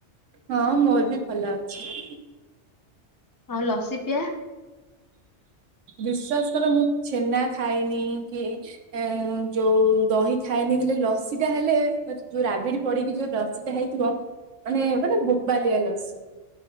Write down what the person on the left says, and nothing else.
ଆଉ ଲସି ପିଆ